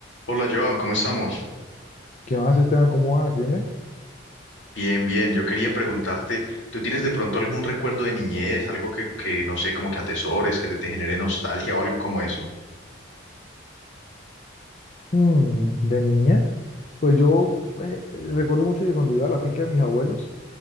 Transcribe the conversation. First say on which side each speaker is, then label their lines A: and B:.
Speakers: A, on the left; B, on the left.
A: Hola Joan, ¿cómo estamos?
B: ¿Qué más, Esteban? ¿Cómo vas? ¿Bien, bien?
A: Bien, bien. Yo quería preguntarte, ¿tú tienes de pronto algún recuerdo de niñez, algo que, que no sé, como que atesores, que te, te genere nostalgia o algo como eso?
B: Mm, ¿de niñas? Pues yo eh, recuerdo mucho que cuando iba a la finca de mis abuelos,